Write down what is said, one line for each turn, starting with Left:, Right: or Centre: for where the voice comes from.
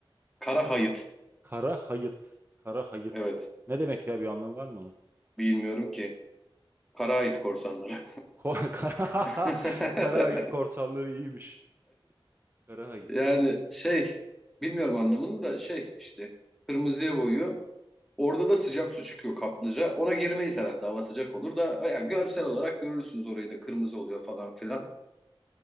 Centre: Kara hayıt.
Right: Kara hayıt. Kara hayıt.
Centre: Evet.
Right: Ne demek ya bir anlamı var mı onun?
Centre: Bilmiyorum ki. Kara hayıt korsanları.
Right: Ko- <laughs> Kara,
Centre: <laughs>
Right: kara hayıt korsanlığı iyiymiş. Kara hayıt.
Centre: Yani şey bilmiyorum anlamını da şey işte kırmızıya boyuyor. Orada da sıcak su çıkıyor kaplıca. Ona girmeyiz herhalde hava sıcak olur da ya görsel olarak görürsünüz orayı da kırmızı oluyor falan filan.